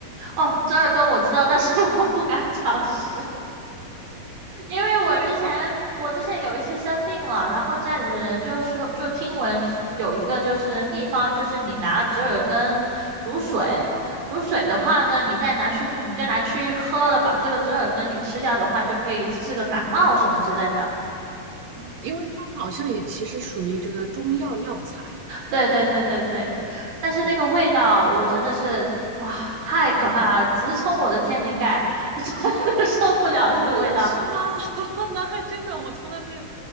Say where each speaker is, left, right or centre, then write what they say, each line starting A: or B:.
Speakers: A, on the right; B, on the right.
A: 哦，折耳根我知道，但是 <laughs> 我不敢尝试。因为我之前我之前有一次生病了，
B: 对，我
A: 然后家里的人就说，就听闻是有一个就是秘方，就是你拿折耳根煮水，煮水的话呢，你再拿去你再拿去喝了，把这个折耳根也吃掉的话，就可以治个感冒什么之类的。
B: 啊，因为它好像也其实属于这个中药药材，但
A: 对对对对对，但是那个味道我真的是哇，
B: 对
A: 太可怕了，直冲我的天灵盖，<laughs> 真的受不了这个味道。
B: 啊，这是吗？<laughs> 那还真的，我从来没有。